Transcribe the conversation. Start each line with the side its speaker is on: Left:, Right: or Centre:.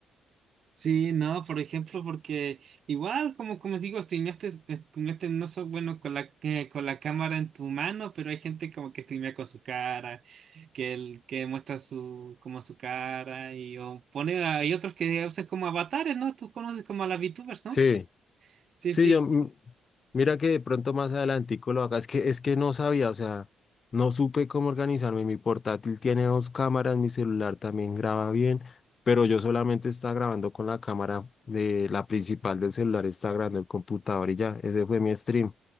Right: Sí, no, por ejemplo, porque igual, como, como digo, streameaste, streameaste no so bueno con la, que- con la cámara en tu mano, pero hay gente como que streamea con su cara, que, el, que muestra su, como su cara, y o pone, hay otros que usan como avatares, ¿no? Tú conoces como a las VTubers, ¿no?
Left: Sí.
Right: Sí,
Left: Sí,
Right: sí,
Left: yo, mm, mira que de pronto más adelantico lo haga, es que, es que no sabía, o sea, no supe cómo organizarme, mi portátil tiene dos cámaras, mi celular también graba bien, pero yo solamente estaba grabando con la cámara de la principal del celular, estaba grabando el computador y ya, ese fue mi stream.